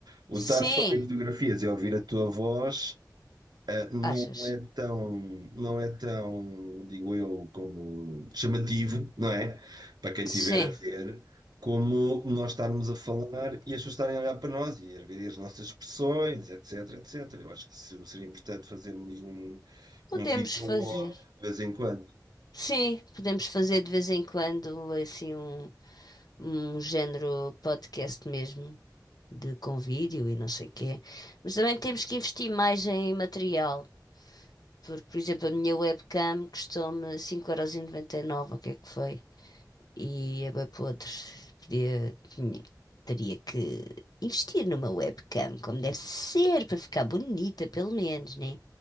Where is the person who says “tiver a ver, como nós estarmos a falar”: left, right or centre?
Right